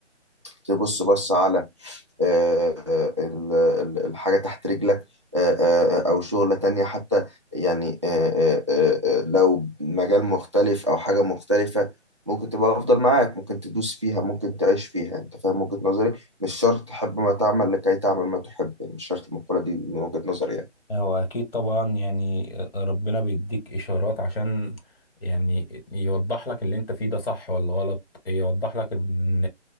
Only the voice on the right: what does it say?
تبص بص على آه، آه، ال- ال- الحاجة تحت رجلك آه، آه، آه، أو شغلة تانية حتى يعني آه، آه، آه، آه، لو مجال مختلف أو حاجة مختلفة ممكن تبقى أفضل معاك ممكن تدوس فيها ممكن تعيش فيها أنت فاهم وجهة نظري مش شرط تحب ما تعمل لكي تعمل ما تحب يعني مش شرط المقولة دي من وجهة نظري يعني.